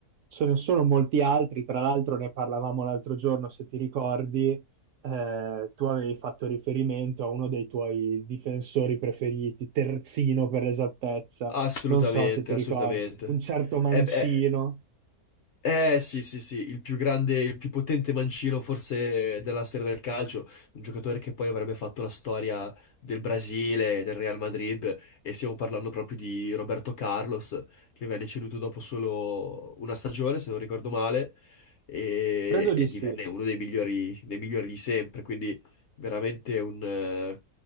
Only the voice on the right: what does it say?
Ce ne sono molti altri, tra l'altro ne parlavamo l'altro giorno, se ti ricordi, eh, tu avevi fatto riferimento a uno dei tuoi difensori preferiti, terzino per l'esattezza,
non so se ti
ricordi, un certo Mancino,
credo di
sì.